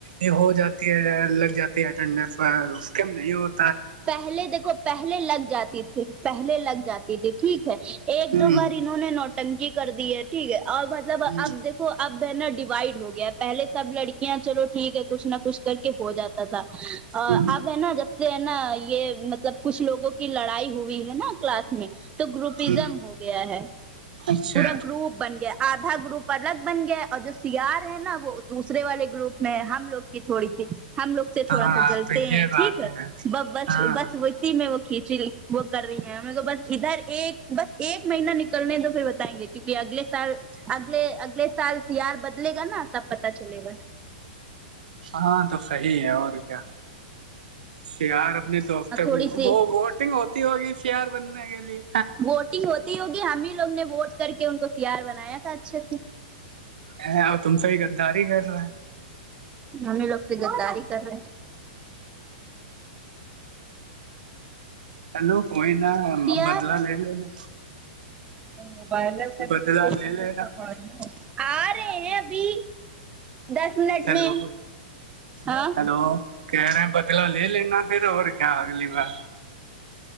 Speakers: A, on the right (about 65°); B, on the right (about 20°).
A: یہ ہو جاتی ہے لگ جاتی ہے کنڈسر اس کے ویوس
B: پہلے دیکھو پہلے لگ جاتی تھی پہلے لگ جاتی تھی ٹھیک ہے ایک
A: ہ ہ
B: دو بار انہوں نے نوٹنکی کر دی ہے ٹھیک ہے اور مطلب آپ
A: ہ
B: دیکھو اب ہے نا ڈیوائڈ ہو گیا ہے پہلے سب لڑکیاں چلو ٹھیک ہےکچھ نہ کچھ کر کے ہو جاتا تھا
A: ہوں
B: اب ہے نا جب سے اب نا یہ مطلب کچھ لوگوں کی لڑائی ہوئی ہے نا کلاس میں تو گروپزم
A: ہوں
B: ہو گیا ہے
A: اچھا
B: پورا گروپ بن گیا آدھا گروپ الگ بن گیا اور جو سی آر ہے نا وہ دوسرے والے گروپ میں ہے ہم لوگ تھوڑی سی ہم لوگ سے
A: ہاں
B: تھوڑا سا جلتے
A: تو
B: ہیں
A: یہ بات
B: ٹھیک ہے اب بس
A: ہاں
B: بس وہ میں وہ کھینچی وہ کر رہی ہیں ہمیں تو بس ادھر ایک بس ایک مہینہ نکلنے تو پھر بتائیں گے کیونکہ اگلے سال اگلے اگلے سال سی آر بدلے گا نا تب پتا چلے گا
A: ہاں تو صحیح ہے اور کیا سی آر اپنے دوست
B: اور
A: تک
B: تھوڑی سی
A: وہ ووٹنگ ہوتی ہوگی شیار بننے کے لیے
B: ووٹنگ ہوتی ہوگی ہم ہی لوگ نے ووٹ کر کے ان کو سی آر بنایا تھا اچھے سے
A: اے اور تم سے ہی غداری کر رہے ہے
B: ہمیں لوگ سے غداری کر رہے ہیں
A: ہیلو کوئی نہ ہم
B: سیار
A: بدلا لے لو نا
B: موبائل
A: بدلا
B: بھی لو <unintelligible>
A: لے لینا
B: آ رہے ہیں ابھی دس منٹ
A: ہیلو
B: میں ہاں
A: ہیلو کہہ رہے ہیں بدلا لے لینا پھر اور کیا اگلی بار